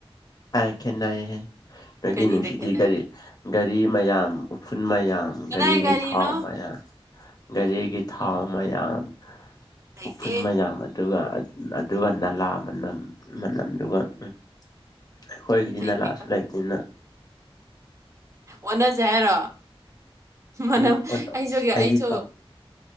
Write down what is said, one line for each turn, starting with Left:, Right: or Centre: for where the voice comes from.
Left: ꯑꯥꯏ ꯈꯦꯠꯅꯩꯍꯦ ꯅꯣꯏꯒꯤ
Right: ꯀꯔꯤꯗ
Left: ꯅꯨꯡꯁꯤꯠꯇꯤ
Right: ꯈꯦꯠꯅꯒꯦ
Left: ꯒꯥꯔꯤ ꯒꯥꯔꯤ ꯃꯌꯥꯝ ꯎꯐꯨꯜ ꯃꯌꯥꯝ
Right: ꯀꯗꯥꯏ
Left: ꯒꯔꯤꯒꯤ
Right: ꯒꯥꯔꯤꯅꯣ
Left: ꯊꯥꯎ ꯃꯌꯥꯝ ꯒꯥꯔꯤꯒꯤ ꯊꯥꯎ ꯃꯌꯥꯝ
Right: ꯂꯩꯇꯦ
Left: ꯎꯐꯨꯜ ꯃꯌꯥꯝ ꯑꯗ ꯑꯗꯨꯒ ꯑꯗ ꯑꯗꯨꯒ ꯅꯂꯥ ꯃꯅꯝ ꯃꯅꯝꯗꯨꯒ ꯎꯝ ꯑꯩꯈꯣꯏꯒꯤꯗꯤ
Right: ꯂꯩꯇꯦꯀꯣ
Left: ꯅꯂꯥꯁꯨ ꯂꯩꯇꯦꯅ
Right: ꯑꯣꯟꯅꯖꯦ ꯍꯥꯏꯔꯣ ꯃꯅꯥꯝ
Left: ꯎꯝ
Right: ꯑꯩꯁꯨꯒꯦ
Left: ꯑꯩꯗꯤ
Right: ꯑꯩꯁꯨ